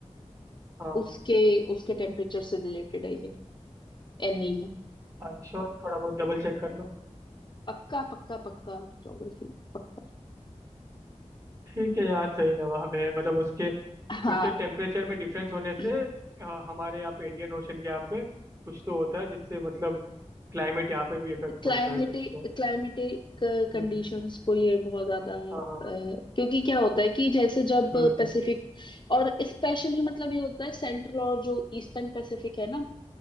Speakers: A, on the right (about 25°); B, on the left (about 40°).
A: हाँ
B: उसके उसके टेम्परेचर से रिलेटेड है ये एल नीनो
A: आई श्योर थोड़ा बहुत डबल चेक कर लो
B: पक्का पक्का पक्का ज्योग्राफी पक्का
A: ठीक है यार सही जवाब है मतलब उसके
B: हाँ
A: उसके टेम्परेचर में डिफरेंस होने से
B: <clears throat>
A: अ, हमारे यहाँ पे इंडियन ओशन के यहाँ पे कुछ तो होता है जिससे मतलब क्लाइमेट यहाँ पे भी इफेक्ट
B: क्लाइमेटिक
A: पड़ता है कुछ तो
B: क्लाइमेटिक कंडीशंस
A: हम्म
B: को ये बहुत ज्यादा अ,
A: हाँ हाँ
B: क्योंकि क्या होता है कि जैसे जब
A: हम्म
B: पैसिफिक और स्पेशली मतलब ये होता है सेंट्रल और जो ईस्टर्न पैसिफिक है ना